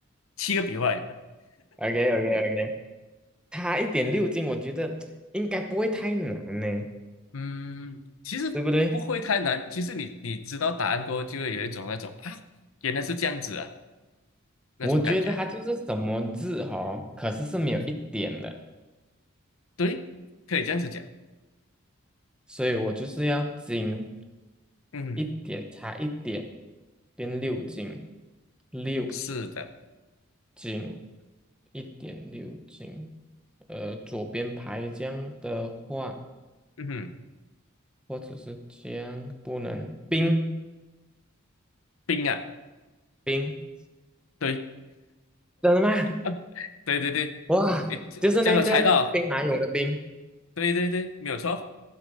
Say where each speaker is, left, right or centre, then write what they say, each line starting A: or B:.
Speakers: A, on the left; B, in the centre.
A: 七个笔画呀，
B: o k o k o k 它一点六斤，我觉得应该不会太难呢，
A: 嗯，其实不会太难，
B: 对不对？
A: 其实你你知道答案过后，就会有一种那种啊，原来是这样子啊，那种感觉，
B: 我觉得它就是什么字哦，可是是没有一点的，
A: 嗯，对，可以这样子讲，
B: 所以我就是要精
A: 嗯，
B: 一点，差一点变六斤，六。
A: 是的，
B: 斤，一点六斤。呃，左边排浆的话，
A: 嗯哼，
B: 或者是浆不能冰
A: 冰啊，
B: 冰，
A: 对，
B: 真的吗？
A: <laughs> 对对对，
B: 哇，
A: 诶，这这样我猜到。
B: 就是那个兵马俑的兵。
A: 对对对，没有错。